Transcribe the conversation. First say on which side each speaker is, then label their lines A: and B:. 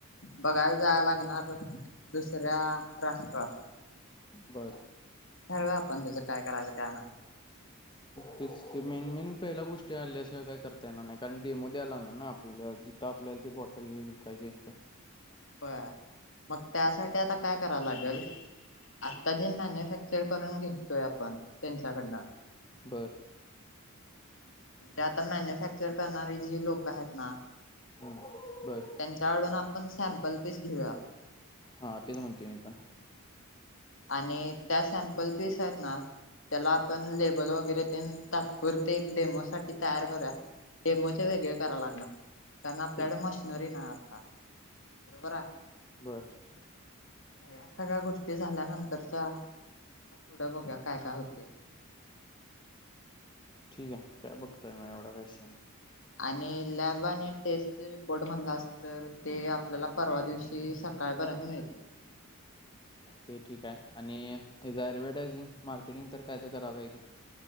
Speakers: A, on the left; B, on the left.
A: बघायला जायला लागणार. दुसऱ्या राष्ट्रात
B: बर
A: ठरवूया आपण त्याचं काय करायचं काय नाही.
B: तेच ते मेन मेन पहिल्या गोष्टी आल्याशिवाय काही करता येणार नाही कारण डेमो द्यायलाणार ना आपल्या जिथं आपल्याला ती बॉटल नेऊन विकायची तिथं.
A: बरं मग त्यासाठी आता काय कराव लागेल आता जे मॅन्युफॅक्चर करुन घे. तोय आपण त्यांच्याकडन
B: बर
A: म्हणजे आता मॅन्युफॅक्चर करणारी जी लोक आहेत ना.
B: हम्म बर
A: त्यांच्या आडून आपण स पल्पीस <inaudible> घेऊया
B: हा तेच म्हणतो मी पण
A: आणि त्या सॅम्पल पिस आहेत ना त्याला आपण लेबल वगैरे ते तात्पुरते डेमो साठी तयार करूया डेमोचे वेगळे कराय लागणार. कारण आपल्याकडं
B: ते-
A: मशिनरी नाही आता, बरं
B: बर
A: नाही या सगळ्या गोष्टीत झाल्यानंतरच्या पुढं बघू काय काय होतय.
B: ठीक आहे काय बघताय म एवढा विषय नाय
A: आणि लॅब आणि टेस्ट रिपोर्ट म्हणला अस तर ते आपल्याला परवा दिवशी सकाळपर्यंत मिळतील.
B: ते ठीक आहे आणि हचा अऍडव्हटायजिंग मार्केटिंग तर काय तर करावं आहे की.